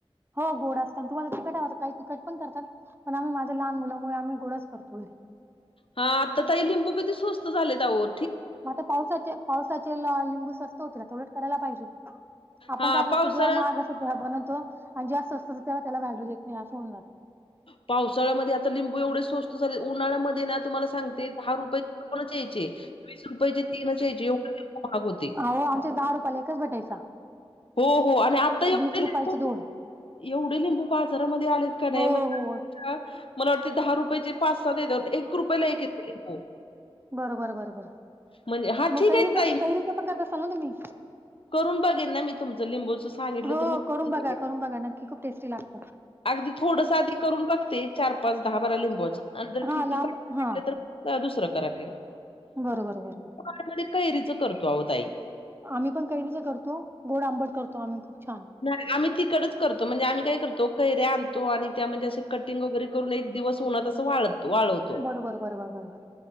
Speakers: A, on the right; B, on the left.
A: हो गोड असतं तुम्हाला तिखट हवं काही तिकट पण करतात, पण आम्ही माझ्या लहान मुलामुळे आम्ही गोडच करतो घरी.
B: हा आता तरी लिंबू किती स्वस्त झाले अवो.
A: मग आता पावसाचे पावसाचे आ लिंबू स्वस्त होतात उलट करायला पाहिजे. आपण
B: हां
A: काय करतो
B: पावसाळा
A: जेव्हा महाग असतं तेव्हा बनवतो आणि जेव्हा स्वस्त असतं तेव्हा त्याला व्हॅल्यू देत नाही, असं होऊन जात
B: पावसाळ्यामध्ये आता लिंबू एवढे स्वस्त झालेत, उन्हाळ्यामध्ये ना. तुम्हाला सांगते दहा रुपयाचे दोनच यायचे, वीस रुपयाचे तीनच यायचे, एवढ लिंबू महाग होते.
A: अहो आमचे दहा रुपयाला एक. एकच भेटायचा.
B: हो हो आणि आता एवढे
A: वीस
B: लिंबू
A: रुपयाचे दोन.
B: एवढे लिंबू बाजारामध्ये आलेत का नाही
A: हो
B: म
A: हो
B: मला वाटते दहा रुपयाेची पाच सहा देतात, एक रुपयेला एक येते लिंबू.
A: बरं बरं बरं बरं.
B: म्हणजे हा
A: मग
B: ठीक
A: कैरीच-कैरीच
B: आहे ताई
A: पण करत असाल ना तुम्ही?
B: करून बघेन ना मी तुमचं लिंबूचं सांगितलं
A: हो
B: तर मी
A: करून
B: बघेन.
A: बघा करून बघा, नक्की खूप टेस्टी लागत
B: अगदी थोडसं आधी करून बघते. चार पाच दहा बारा लिंबूच आणि जर
A: हा
B: ठीक ठीक
A: लांब
B: वाटलं
A: हा
B: तर दुसरं करायला घेईन.
A: बरं बरं बरं बर.
B: आम्ही म्हणे कैरीच करतो अहो ताई.
A: आम्ही पण कैरीचं करतो, गोड आंबट करतो आम्ही खूप छान.
B: नाही आम्ही तिखटच करतो म्हणजे आम्ही काय करतो कैऱ्या आणतो आणि त्या म्हणजे असे कटिंग वगैरे. करून एक दिवस उन्हात असं वाळत-वाळवतो.
A: बरोबर बरोबर बरोबर